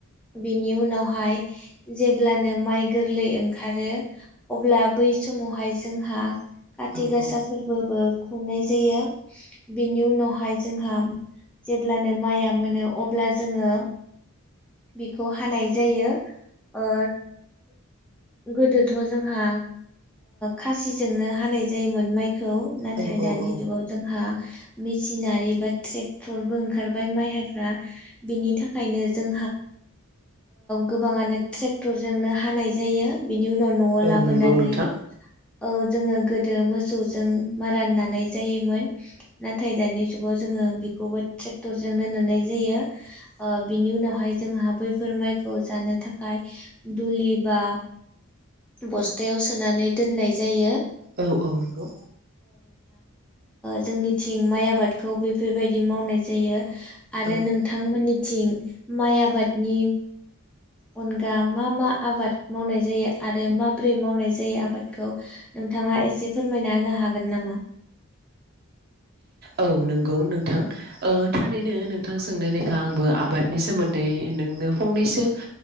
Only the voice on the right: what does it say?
औ
औ
औ औ
औ
औ
नंगौ नोंथां
औ औ नंगौ
औ
औ नंगौ नोंथां ओ थारैनो नोंथां सोंनाय लेखा आंबो आबादनि सोमोन्दै नोंनो फंनैसो